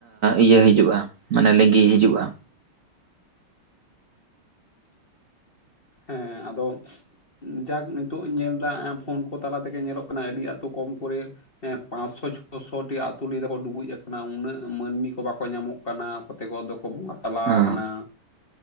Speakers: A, on the right; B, on the left.
A: ᱤᱭᱟᱹ ᱦᱤᱡᱩᱜᱼᱟ ᱢᱟᱱᱮ ᱞᱤᱸᱜᱤ ᱦᱤᱡᱩᱜᱼᱟ᱾
B: ᱦᱮᱸ ᱟᱫᱚ ᱡᱟᱠ ᱱᱤᱛᱚᱜ ᱤᱧ ᱧᱮᱞ ᱫᱟ ᱯᱷᱳᱱ ᱠᱚ ᱛᱟᱞᱟ ᱛᱮᱜᱮ ᱧᱮᱞᱚᱜ ᱠᱟᱱᱟ ᱟᱹᱰᱤ ᱟᱸᱴ ᱛᱚ ᱠᱚᱢ ᱠᱚᱨᱮ ᱮᱸ ᱯᱟᱸᱥᱚ ᱪᱷᱚᱥᱚᱴᱤ ᱟᱛᱩ ᱞᱟᱹᱭ ᱫᱟᱠᱚ ᱰᱩᱵᱩᱡ ᱟᱠᱟᱱᱟ ᱩᱱᱟᱹᱜ ᱢᱟᱹᱱᱢᱤ ᱠᱚ ᱵᱟᱠᱚ ᱧᱟᱢᱚᱜ ᱠᱟᱱᱟ᱾ ᱠᱚᱛᱮ ᱠᱚ ᱫᱚ ᱠᱚ ᱵᱚᱸᱜᱟ ᱛᱟᱞᱟ
A: ᱚ
B: ᱟᱠᱟᱱᱟ